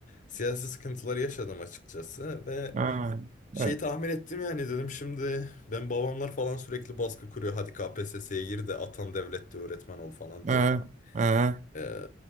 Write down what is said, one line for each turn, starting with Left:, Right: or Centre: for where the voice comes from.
Left: siyasi sıkıntıları yaşadım açıkçası ve
Right: ha,
Left: şey
Right: evet.
Left: tahmin ettim yani dedim şimdi ben babamlar falan sürekli baskı kuruyor hadi KPSS'ye gir de atan devlette öğretmen ol falan
Right: Ha,
Left: diye.
Right: ha,
Left: Ee,